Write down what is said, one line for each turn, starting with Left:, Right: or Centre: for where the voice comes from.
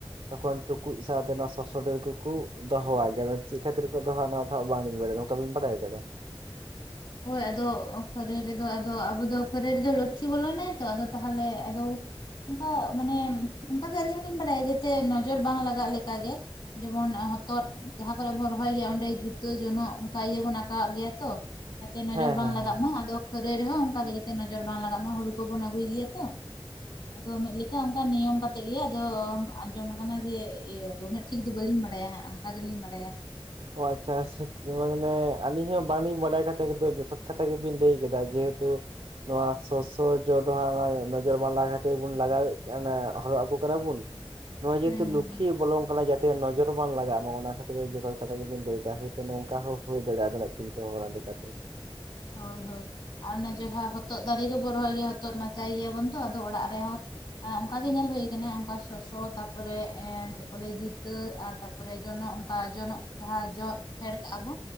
Right: ᱛᱚᱠᱷᱚᱱ ᱛᱩᱠᱩᱡ ᱥᱟᱣᱛᱮ ᱱᱚᱣᱟ ᱥᱚᱥᱚ ᱰᱟᱹᱨ ᱠᱩᱠᱩᱼᱼ ᱫᱚᱦᱚᱣᱟᱜ ᱜᱮ ᱱᱚ ᱪᱮᱜ ᱠᱷᱟᱹᱛᱤᱨ ᱠᱚ ᱫᱚᱦᱚᱣᱟᱜ ᱱᱚᱣᱟ ᱫᱚᱦᱟᱸᱜ ᱵᱟᱝᱞᱤᱧ ᱵᱟᱲᱟᱭᱟ ᱱᱚᱝᱠᱟ ᱵᱤᱱ ᱵᱟᱰᱟᱭ ᱟᱠᱟᱫᱟ?
Left: ᱦᱳᱭ ᱟᱫᱚ ᱠᱷᱟᱹᱨᱟᱹᱭ ᱨᱮᱫᱚ ᱟᱫᱚ ᱟᱵᱚ ᱫᱚ ᱠᱷᱟᱹᱨᱟᱹᱭ ᱨᱮᱫᱚ ᱞᱚᱠᱠᱷᱤ ᱵᱚᱞᱚᱱᱟᱭ ᱛᱚ ᱟᱫᱚ ᱛᱟᱦᱞᱮ ᱟᱫᱚ ᱚᱱᱠᱟ ᱢᱟᱱᱮ ᱚᱱᱠᱟᱜᱮ ᱟᱹᱞᱤᱧ ᱦᱚᱞᱤᱧ ᱵᱟᱲᱟᱭᱟ ᱡᱟᱛᱮ ᱱᱚᱡᱚᱨ ᱵᱟᱝ ᱞᱟᱜᱟᱜ ᱞᱮᱠᱟ ᱜᱮ ᱡᱮᱢᱚᱱ ᱦᱚᱛᱚᱫ ᱡᱟᱦᱟᱸ ᱠᱚᱨᱮ ᱵᱚᱱ ᱨᱚᱦᱚᱭ ᱜᱮᱭᱟ ᱚᱸᱰᱮ ᱡᱩᱛᱟᱹ ᱡᱚᱱᱚᱜ ᱚᱝᱠᱟ ᱤᱭᱟᱹ ᱵᱚᱱ ᱟᱸᱠᱟᱣᱟᱜ ᱜᱮᱭᱟ ᱛᱚ᱾ ᱡᱟᱛᱮ ᱱᱚᱡᱚᱨ
Right: ᱦᱮᱸ
Left: ᱵᱟᱝ
Right: ᱦᱮᱸ
Left: ᱞᱟᱜᱟᱜ
Right: ᱦᱮᱸ
Left: ᱢᱟ ᱟᱫᱚ ᱠᱷᱟᱹᱨᱟᱹᱭ ᱨᱮᱦᱚᱸ ᱚᱝᱠᱟ ᱜᱮ ᱡᱟᱛᱮ ᱱᱚᱡᱚᱨ ᱵᱟᱝ ᱞᱟᱜᱟᱜ ᱢᱟ ᱦᱩᱲᱩ ᱠᱚᱵᱚᱱ ᱟᱹᱜᱩᱭ ᱜᱮᱭᱟ ᱛᱚ᱾ ᱟᱫᱚ ᱢᱤᱫ ᱞᱮᱠᱟ ᱚᱝᱠᱟ ᱱᱤᱭᱚᱢ ᱠᱟᱛᱮᱜ ᱜᱮ ᱟᱫᱚ ᱟᱸᱡᱚᱢ ᱟᱠᱟᱱᱟ ᱡᱮ ᱤᱭᱟᱹ ᱩᱱᱟᱹᱜᱼᱼ ᱴᱷᱤᱠ ᱫᱚ ᱵᱟᱹᱞᱤᱧ ᱵᱟᱲᱟᱭᱟ ᱦᱟᱸᱜ ᱚᱝᱠᱟ ᱜᱮᱞᱤᱧ ᱵᱟᱲᱟᱭᱟ᱾
Right: ᱚ ᱟᱪᱪᱷᱟ ᱢᱟᱱᱮ ᱟᱹᱞᱤᱧ ᱦᱚᱸ ᱵᱟᱝᱞᱤᱧ ᱵᱟᱰᱟᱭ ᱠᱟᱛᱮᱜ ᱜᱮᱛᱚ ᱡᱚᱛᱷᱟᱛ ᱠᱟᱛᱷᱟ ᱜᱮᱵᱤᱱ ᱞᱟᱹᱭ ᱠᱮᱫᱟ ᱡᱮᱦᱮᱛᱩ ᱱᱚᱣᱟ ᱥᱚᱥᱚ ᱡᱚ ᱫᱚᱦᱟᱸᱜ ᱱᱚᱡᱚᱨ ᱵᱟᱝ ᱞᱟᱜᱟᱜ ᱠᱷᱟᱹᱛᱤᱨ ᱵᱩᱱ ᱞᱟᱜᱟᱣᱮᱜ ᱠᱟᱱᱟ, ᱦᱚᱨᱚᱜ ᱟᱠᱩ ᱠᱟᱱᱟ ᱵᱩᱱ᱾ ᱱᱚᱜᱼᱚᱭ ᱡᱮᱦᱮᱛᱩ
Left: ᱦᱮᱸ ᱦᱮᱸ
Right: ᱞᱚᱠᱠᱷᱤ ᱵᱚᱞᱚᱝ ᱠᱟᱱᱟᱭ ᱡᱟᱛᱮ ᱱᱚᱡᱚᱨ ᱵᱟᱝ ᱞᱟᱜᱟᱜ ᱢᱟ ᱚᱱᱟ ᱠᱷᱟᱹᱛᱤᱨ ᱜᱮ ᱡᱚᱛᱚ ᱴᱷᱤᱠ ᱠᱟᱛᱷᱟ ᱜᱮᱵᱤᱱ ᱞᱟᱹᱭ ᱠᱟᱜᱼᱟ, ᱦᱳᱭ ᱛᱚ ᱱᱚᱝᱠᱟ ᱦᱚᱸ ᱦᱩᱭ ᱫᱟᱲᱮᱜᱼᱟ ᱟᱵᱮᱱᱟᱜ ᱪᱤᱱᱛᱟᱹ ᱵᱷᱟᱵᱱᱟ ᱞᱮᱠᱟᱛᱮ᱾
Left: ᱦᱳᱭ ᱦᱳᱭ ᱟᱨ ᱚᱱᱟ ᱡᱟᱦᱟᱸ ᱦᱚᱛᱚᱫ ᱫᱟᱨᱮ ᱜᱮᱵᱚᱱ ᱨᱚᱦᱚᱭ ᱜᱮᱭᱟ ᱦᱚᱛᱚᱫ ᱢᱟᱪᱟᱭ ᱜᱮᱭᱟᱵᱚᱱ ᱛᱚ ᱟᱫᱚ ᱚᱲᱟᱜ ᱨᱮᱦᱚᱸ ᱟᱸ ᱚᱱᱠᱟ ᱜᱮ ᱧᱮᱞ ᱦᱳᱭ ᱠᱟᱱᱟ ᱚᱱᱠᱟ ᱥᱚᱥᱚ ᱛᱟᱯᱚᱨᱮ ᱮᱸ ᱮᱱᱛᱮ ᱠᱚ ᱞᱟᱹᱭ ᱡᱩᱛᱟᱹ ᱟᱨ ᱛᱟ ᱯᱚᱨᱮ ᱡᱚᱱᱚᱜ ᱚᱝᱠᱟ ᱡᱚᱱᱚᱜ ᱡᱟᱦᱟᱸ ᱡᱚᱫ ᱦᱮᱲ ᱠᱟᱜᱼᱟ ᱵᱚ